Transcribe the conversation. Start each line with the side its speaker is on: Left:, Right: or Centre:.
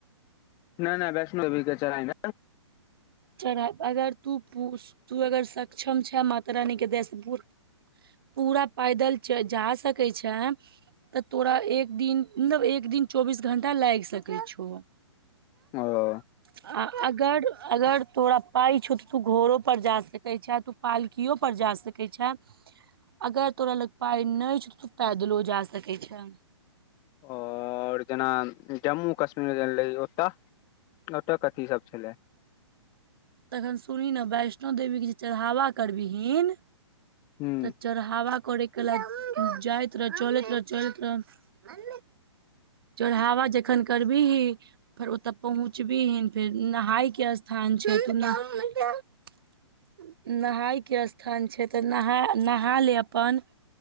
Left: नय नय वैष्णोवी के चढ़
Right: चढ़ अगर तू तू अगर सक्षम छै माता रानी के देया से पू पूरा पैदल जा सकैत छैय तऽ तोरा एक दिन मतलब एक दिन चौबीस घंटा लैग सकै छौ
Left: <unintelligible>
Right: आ अगर अगर तोरा पाइ छौ तऽ तू घोड़ोपर जा सकै छहँ, तू पालकिओपर जा सकै छहँ अगर तोरा लग पााय नय छैह, त तो पैदलो जा सकैत छैह
Left: आओर जेना जम्मू कश्मीर गेलै ओतय ओत कथी सब छलै
Right: तखन सुनी न वैष्णो देवी के जे चढ़ावा करबीहन
Left: हूँ
Right: तऽ चढ़ावा करय के ल जाइत रह चलैत रह चलैत रह चढ़ावा जखन करबीही फेर ओतऽ पहुँचबी ही फेर नहााय के स्थान छै नहाय के स्थान छै तऽ नहा नहा ले अपन